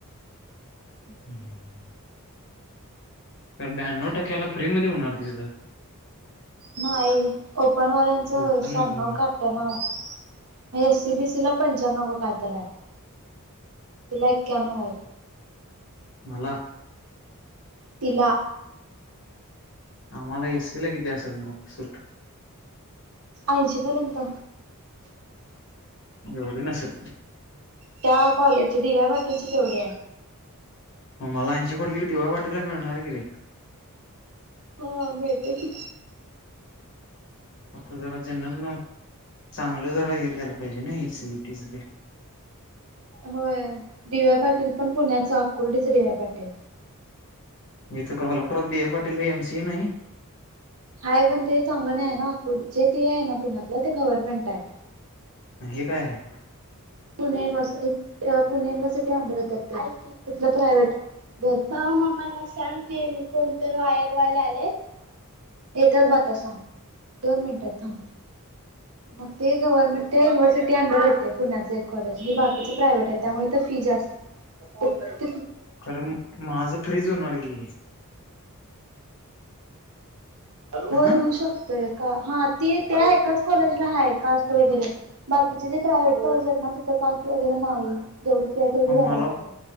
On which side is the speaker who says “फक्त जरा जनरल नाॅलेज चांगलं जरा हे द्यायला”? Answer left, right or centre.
Left